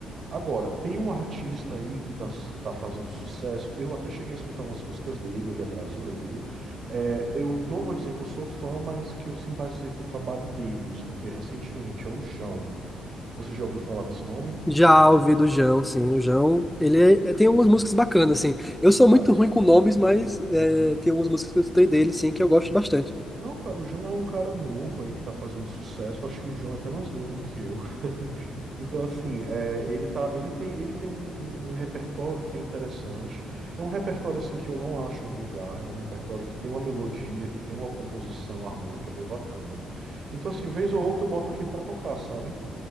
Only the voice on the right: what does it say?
Agora, tem um artista aí que tá, s- tá fazendo sucesso. Eu até cheguei a escutar umas músicas dele, ele é brasileiro. É, eu não vou dizer que eu sou fã, mas que eu simpatizei com o trabalho dele. Eu escutei recentemente, é o Jão. Você já ouviu falar desse nome?
Exato.
Uhum.
Não, cara, o João é um cara novo aí que tá fazendo sucesso. Acho que o João é até mais novo do que eu. <laughs> Então, assim, é, ele tá, ele tem, ele tem um, um- um repertório que é interessante. É um repertório, assim, que eu não acho vulgar. É um repertório que tem uma melodia, que tem uma composição harmônica bem bacana. Então, assim, vez ou outra eu boto aqui pra tocar, sabe?